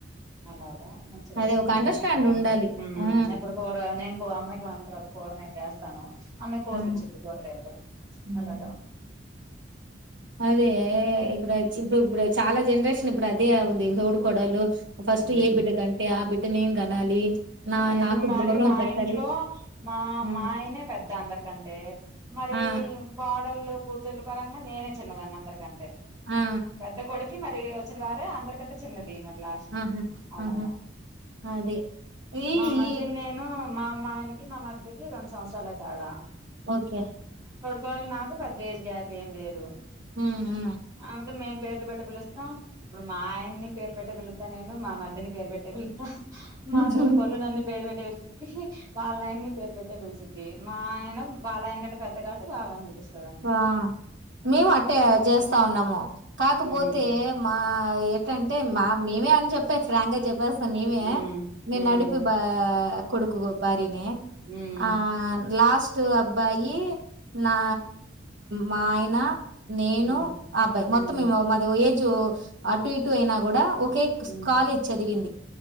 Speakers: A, on the right; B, on the right.
A: అలా మంచిగా
B: అదే
A: వేసుకుంటాం
B: ఒక అండర్‌స్టాండ్
A: కదా
B: ఉండాలి. ఆ!
A: ఎప్పుడు నేను కో అమ్మాయికి వంటరాదు. కూర నేను చేస్తాను. ఆమె కోసిచ్చింది
B: ఆ!
A: కూరగాయలు
B: హ్మ్.
A: అలాగా
B: అదే ఇక్కడ ఇప్పుడు ఇప్పు చాలా జరు ప్రశ్న ఇప్పుడు అదే ఉంది. తోడికోడాళ్ళు ఫస్ట్
A: మ్మ్
B: ఏ బిడ్ కంటే ఆ బిడ్ నేన్ కనాలి. నా
A: ఇప్పుడు
B: నాకు
A: మరి
B: గౌరవం
A: మా
B: దక్కాలి.
A: ఇంట్లో
B: ఆ!
A: మా ఆయనే పెద్ద. అందరికంటే మరి
B: ఆ!
A: కోడళ్లు, కూతుర్లు పరంగా నేనే చిన్నదాన్ని అందరీ కంటే
B: ఆ!
A: పెద్ద కొడుకు మరి వచ్చిన వారే అందరికంటే చిన్నది. మరి లాస్ట్
B: ఆహా
A: అలాగా
B: ఆహా అదే ఈ
A: మా మరిధి
B: ఈ
A: నేను మా మా అయానకి మా మరిది కి రెండు సంవత్సరాలు లే తేడా
B: ఓకే
A: కోవేల నాకు పెద్ద ఏజ్ గ్యాప్ ఏం లేదు.
B: హ్మ్. హ్మ్.
A: అందు మేమ్ పేర్లు పెట్ట పిలుస్తాం. ఇప్పుడు మా ఆయన్ని పేరు పెట్ట పిలుస్తా నేను మా మరిదిని పేరు పెట్టే పిలుస్తా
B: ఆ
A: మా తొడికోడలు నన్ను పేరు పెట్టెలిసిద్ది వాళ్ళయన్ని పేరు పెట్టే పెలిసింది. మా ఆయనా వాలయనా కంటే పెద్దగాబట్టి బావ పిలుస్తుంది.
B: ఆ మేము అట్టే జేస్ స్త ఉన్నాము. కాకపోతే
A: ఉమ్
B: మా ఏంటంటే మా మేమే అని చెప్పేసి రాంగ్ చెప్పేస్ మీమే
A: ఉమ్
B: మీ
A: ఉమ్
B: నడిపి బా కొడుకు భార్య
A: ఉమ్
B: ఆ లాస్ట్ అబ్బాయి నా మా ఆయనా నేను
A: ఉమ్
B: ఆ అబ్బాయి మొత్తం
A: ఉమ్
B: మేము మాది ఏజ్ అటు ఇటు అయినా కూడా ఒకే
A: ఉమ్
B: కాలేజ్ చదివింది